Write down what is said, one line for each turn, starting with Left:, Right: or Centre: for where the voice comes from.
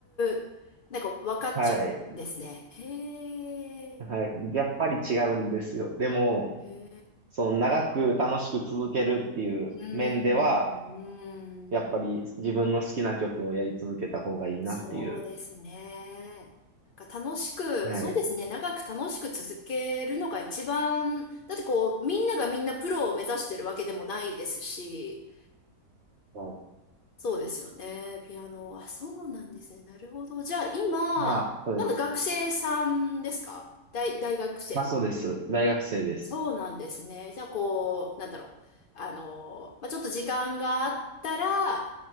Left: う。なんか分かっちゃうんですね。
Right: はい、
Left: へえ。
Right: はい、やっぱり違うんですよ。でも、
Left: へえ。
Right: その長く楽しく続けるっていう面では、
Left: うーん、うーん。
Right: やっぱり自分の好きな曲をやり続けた方がいいなっていう。
Left: そうですね。なんか楽しく、
Right: はい。
Left: そうですね。長く楽しく続けるのが一番、だってこう、みんながみんなプロを目指してるわけでもないですし、
Right: はい、
Left: そうですよね。ピアノ。あ、そうなんですね。なるほど。じゃあ今、
Right: まあ、そうです。
Left: まだ学生さんですか大、大学生の。
Right: まあ、そうです。大学生です。
Left: そうなんですね。じゃあこう、なんだろう。あの、まあ、ちょっと時間があったら、